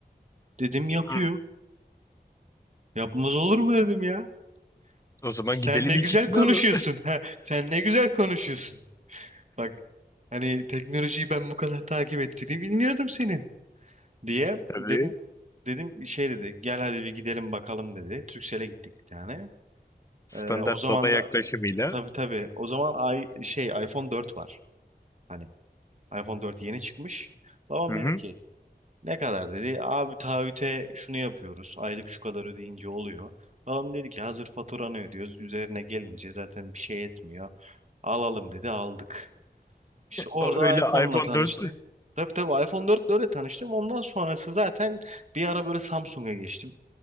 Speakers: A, on the right; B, on the left.
A: Dedim yapıyor.
B: Hı.
A: Yapmaz olur mu dedim ya.
B: O zaman
A: Sen
B: gidelim
A: ne güzel
B: ikisini
A: konuşuyorsun.
B: alalım.
A: Ha, sen ne güzel konuşuyorsun. Bak hani teknolojiyi ben bu kadar takip ettiğini bilmiyordum senin diye
B: <laughs> Tabii.
A: dedim dedim şey dedi gel hadi bir gidelim bakalım dedi. Turkcell'e gittik bir tane.
B: Standart
A: Ee, o zaman
B: baba yaklaşımıyla.
A: da tabii tabii o zaman ay, şey iPhone 4 var. Hani iPhone 4 yeni çıkmış. Babam
B: Hı hı.
A: dedi ki Ne kadar dedi? Abi taahhüte şunu yapıyoruz. Aylık şu kadar ödeyince oluyor. Babam dedi ki hazır faturanı ödüyoruz. Üzerine gelince zaten bir şey etmiyor. Alalım dedi aldık. İşte orada
B: O Öyle
A: iPhone'la
B: iPhone
A: tanıştı.
B: 4
A: Tabii tabii iPhone 4 öyle tanıştım. Ondan sonrası zaten bir ara böyle Samsung'a geçtim.